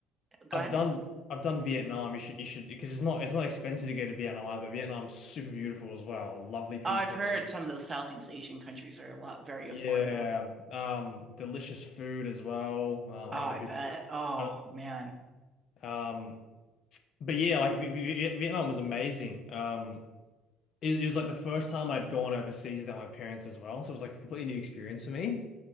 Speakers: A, on the right (about 25°); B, on the left (about 50°).
A: Go
B: I've
A: ahead.
B: done I've done Vietnam. You should you should because it's not it's not expensive to go to Vietnam either. Vietnam's super beautiful as well. Lovely people.
A: Oh, I've heard some of those Southeast Asian countries are a lot very
B: Yeah,
A: affordable.
B: um, delicious food as well. Uh,
A: Oh,
B: I don't know
A: I
B: if
A: bet.
B: you,
A: Oh,
B: I don't-
A: man.
B: um, but yeah, like V- V- Vietnam was amazing. Um, it, it was like the first time I'd gone overseas without my parents as well, so it was like a completely new experience for me.